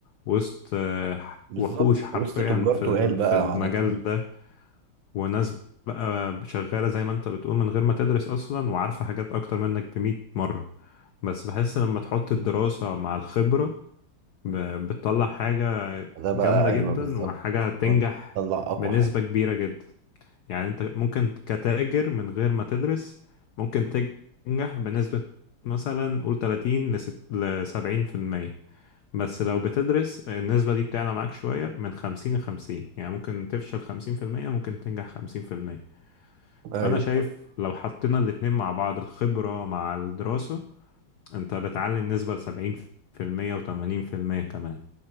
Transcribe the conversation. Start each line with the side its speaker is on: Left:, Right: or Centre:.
Left: وسط آه،
Right: بالظبط
Left: وحوش حرفيا
Right: وسط تجار
Left: في
Right: تقال
Left: ال-
Right: بقى
Left: في المجال
Right: عناتيل
Left: ده وناس بقى شغالة زي ما انت بتقول من غير ما تدرس أصلا وعارفة حاجات أكتر منك بمئة مرة بس بحس لما تحط الدراسة مع الخبرة ب- بتطلع حاجة
Right: ده بقى
Left: جامدة
Right: ايوه
Left: جدا
Right: بالظبط
Left: وحاجة هتنجح
Right: لو انت بتطلع اقوى
Left: بنسبة
Right: حاجه
Left: كبيرة جدا يعني انت ممكن كتاجر من غير ما تدرس ممكن تنجح بنسبة مثلا قول 30 ل 70% بس لو بتدرس النسبة دي بتعلى معاك شوية من 50 ل 50 يعني ممكن تفشل 50% ممكن تنجح 50% فأنا
Right: ايوه
Left: شايف لو حطينا الاتنين مع بعض الخبرة مع الدراسة انت بتعلي النسبة ل 70% و80% كمان